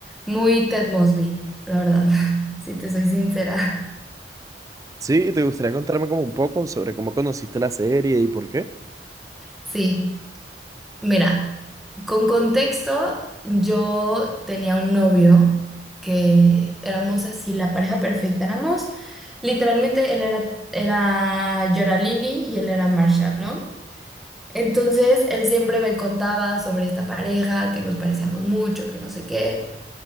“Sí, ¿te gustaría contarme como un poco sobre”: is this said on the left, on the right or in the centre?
Right